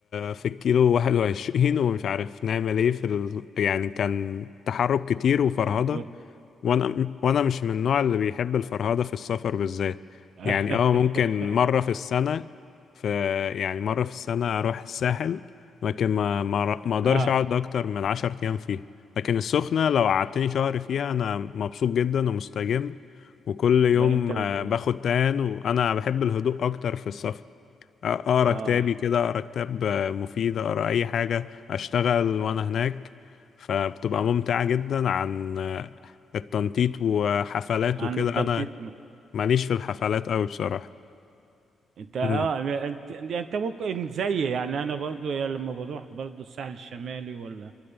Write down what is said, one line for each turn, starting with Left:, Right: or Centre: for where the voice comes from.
Left: في الكيلو واحد وعشرين ومش عارف نعمل ايه في ال... يعني كان تحرك كتير وفرهضة
Right: و...
Left: وانا وانا مش من النوع اللي بيحب الفرهده في السفر بالذات
Right: <laughs>
Left: يعني اه ممكن مره في السنه في يعني مره في السنه اروح الساحل لكن ما ما ما اقدرش
Right: اه
Left: اقعد اكتر من عشر ايام فيها لكن السخنه لو قعدتني شهر فيها انا مبسوط جدا ومستجم وكل يوم
Right: ده انت بت...
Left: آه، باخد تان وانا بحب الهدوء اكتر في السفر اقرا
Right: اه
Left: كتابي كده اقرا كتاب آه، مفيد اقرا اي حاجه اشتغل وانا هناك فبتبقى ممتعه جدا عن آه، التنطيط وحفلات
Right: عن
Left: وكده
Right: التنطيط
Left: انا ماليش في الحفلات قوي بصراحه
Right: انت اه
Left: امم
Right: يعني انت يعني انت ممكن زي يعني انا برضو يعني لما بروح برضو الساحل الشمالي ولا